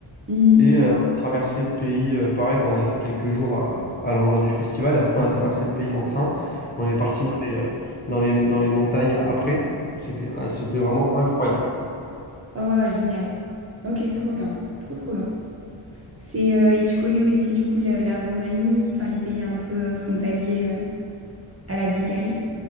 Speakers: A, on the right; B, on the left.
A: Mhm.
B: Et euh, on a traversé le pays, euh, pareil, enfin, on a fait quelques jours à, à l'endroit du festival, et après on a traversé le pays en train. On est parti dans les, euh, dans les, dans les montagnes après. C'était, ah, c'était vraiment incroyable.
A: Oh, wow, génial. Ok, trop bien. Trop, trop bien. C'est, euh, et tu connais aussi, du coup, la, la Roumanie, enfin, les pays un peu euh, frontaliers euh, à la Bulgarie?